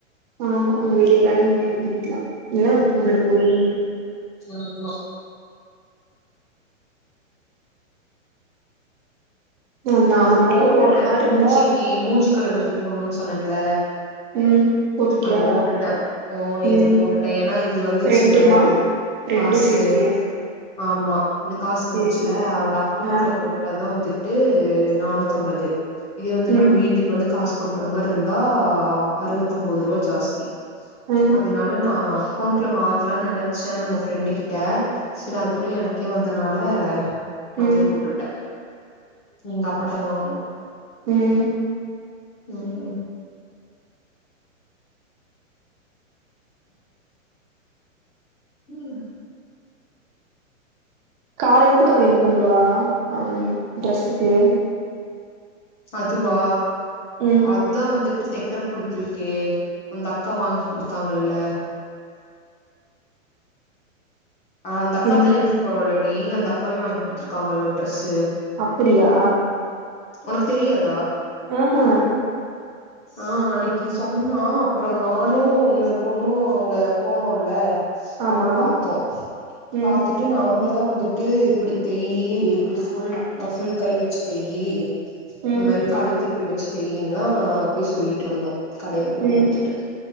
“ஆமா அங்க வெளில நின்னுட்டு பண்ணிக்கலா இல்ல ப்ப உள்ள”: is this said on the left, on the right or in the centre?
Right